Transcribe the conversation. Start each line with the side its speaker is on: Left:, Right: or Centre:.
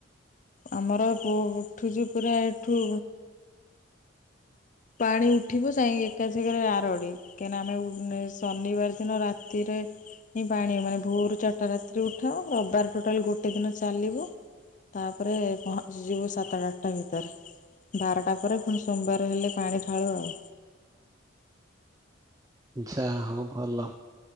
Left: ଆମର ପୁ ଉଠୁଛି ପୁରା ଏଠୁ ପାଣି ଉଠିବ ଯାଇଁ ଏକା ଛେକରେ ଆରଡ଼ି। କାହିଁ ନା ଆମେ ଉ ଶନିବାର ଦିନ ରାତିରେ ପାଣି ମାନେ ଭୋରୁ ଚାରିଟା ରାତିରେ ଉଠାଉ। ରବିବାର ଟୋଟାଲ ଗୋଟେ ଦିନ ଚାଲିବ। ତାପରେ ପହଞ୍ଚିଯିବୁ ସାତଟା ଆଠଟା ଭିତରେ। ବାରଟା ପରେ ପୁଣି ସୋମବାର ହେଲେ ପାଣି ଢାଳୁ ଆଉ।
Right: ଯା ହଉ ଭଲ।